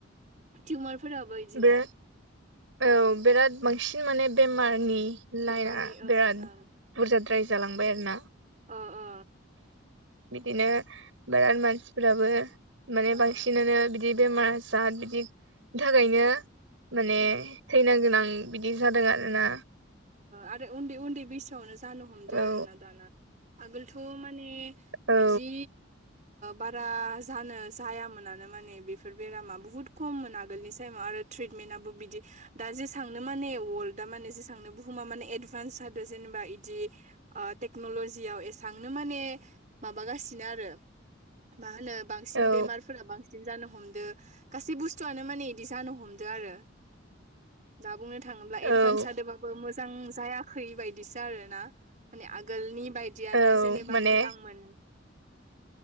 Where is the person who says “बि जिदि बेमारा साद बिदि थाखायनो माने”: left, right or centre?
Right